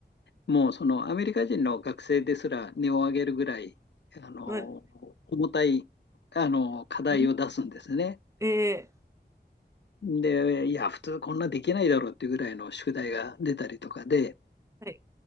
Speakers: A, on the left; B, on the right.
A: もうそのアメリカ人の学生ですら根を上げるぐらいあの重たい
B: はい。
A: あの課題を出すんですね。
B: うんええ、
A: で、いや、普通こんなできないだろうっていうぐらいの宿題が出たりとかで、
B: はい、